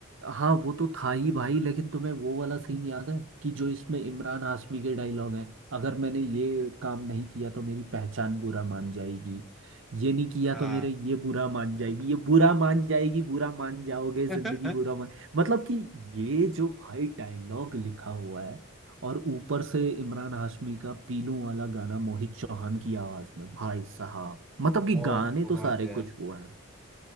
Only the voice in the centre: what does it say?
हाँ
<laughs>
बहुत
बहुत
यार